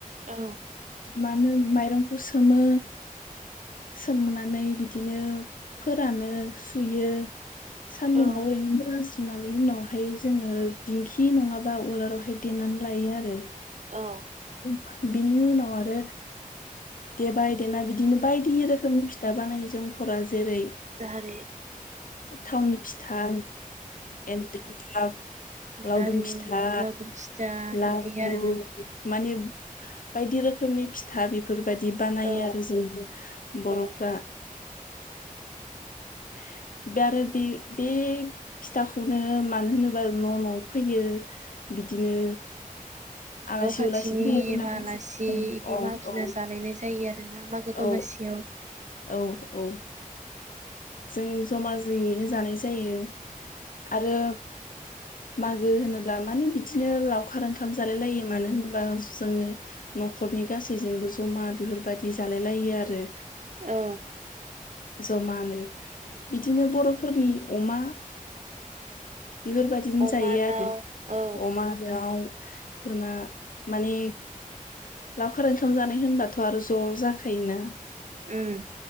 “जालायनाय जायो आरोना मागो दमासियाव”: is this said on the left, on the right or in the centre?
Right